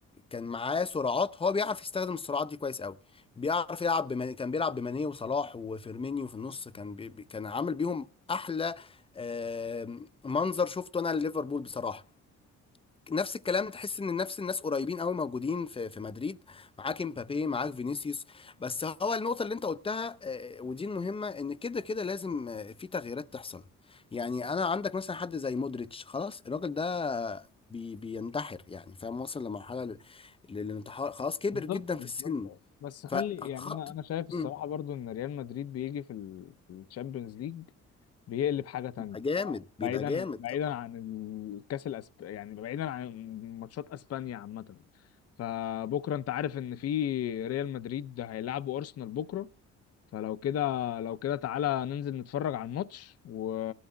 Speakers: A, on the left (about 20°); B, on the left (about 55°).
A: كان معاه سرعات هو بيعرف يستخدم السرعات دي كويس قوي بيعرف يلعب بمن... كان بيلعب بماني وصلاح وفيرمينيو في النص كان بي... كان عامل بيهم احلى آه منظر شفته انا لليفربول بصراحة نفس الكلام تحس ان نفس الناس قريبين قوي موجودين في في مدريد معاك امبابي معاك فينيسيوس بس هو النقطه اللي انت قلتها آه، ودي المهمه ان كده كده لازم آه، في تغييرات تحصل يعني انا عندك مثلا حد زي مودريتش خلاص الراجل ده بي بينتحر يعني فاهم وصل لمرحله ل- للانتحار خلاص كبر
B: بالظبط
A: جدا في
B: بالظبط
A: السن
B: بس خلي
A: فخط
B: يعني انا انا شايف الصراحه
A: مم،
B: برضو ان ريال مدريد بيجي في الشامبيونز ليج بيقلب حاجه تانية
A: بيبقى جامد بيبقى
B: بعيدا
A: جامد
B: بعيدا
A: طبعا
B: عن الكاس الأسب... يعني بعيدا عن ماتشات اسبانيا عامه فبكره انت عارف ان في ريال مدريد هيلعبوا ارسنال بكره فلو كده لو كده تعالى ننزل نتفرج على الماتش و...